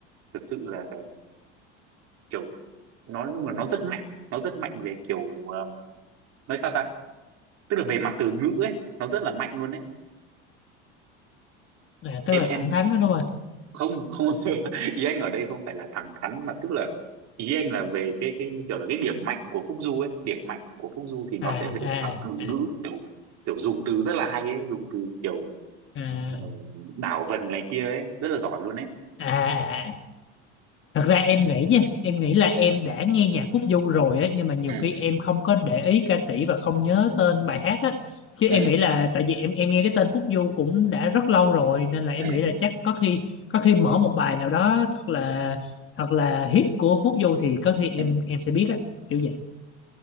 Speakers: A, on the right; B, on the left.
A: thật sự là kiểu nó nói chung là nó rất mạnh nó rất mạnh về kiểu ờ, nói sao ta tức là về mặt từ ngữ ấy nó rất là mạnh luôn đấy
B: à, tức
A: em
B: là
A: em
B: thẳng thắn đó đúng không
A: không không <laughs> Yang ở đây không phải là thẳng thắn mà tức là Yang là về cái cái kiểu là cái điểm mạnh của Phúc Du ấy điểm mạnh của Phúc Du thì nó
B: à
A: sẽ về
B: à
A: là mặt từ
B: à
A: ngữ kiểu kiểu dùng từ rất là hay ấy dùng từ kiểu
B: à
A: ờ, đảo vần này kia ấy rất là giỏi luôn ấy
B: à à. à. thật ra em nghĩ nha em nghĩ là em
A: ừ
B: đã nghe nhạc Phúc Du rồi á nhưng mà nhiều
A: ừ
B: khi em không có để ý ca sĩ và không nhớ tên bài hát á chứ
A: ừ
B: em nghĩ là tại vì em em nghe cái tên Phúc Du cũng đã rất lâu rồi nên là em
A: ừ
B: nghĩ là chắc có khi có khi mở một bài nào đó thật là thật là hit của Phúc Du thì có khi em
A: ừ.
B: em sẽ biết á kiểu vậy